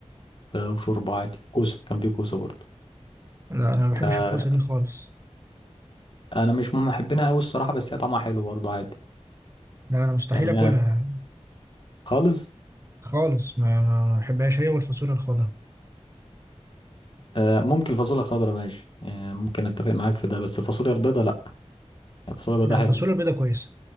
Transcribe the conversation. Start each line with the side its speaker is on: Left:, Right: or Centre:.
Left: آه، وشوربه عادي كوسه كان في كوسه برضه
Right: لا انا ما بحبش
Left: أه
Right: الكوسه دي خالص
Left: انا مش من محبينها قوي الصراحه بس هي طعمها حلو برضه عادي
Right: لا انا مستحيل
Left: يعني
Right: اكلها
Left: هي خالص
Right: خالص ما ما ما بحبهاش هي والفاصوليا الخضراء
Left: أه ممكن فاصوليا خضراء ماشي يعني ممكن اتفق معاك في ده بس الفاصوليا البيضاء لا الفاصوليا البيضاء
Right: لا
Left: حلو
Right: الفاصوليا البيضاء كويسه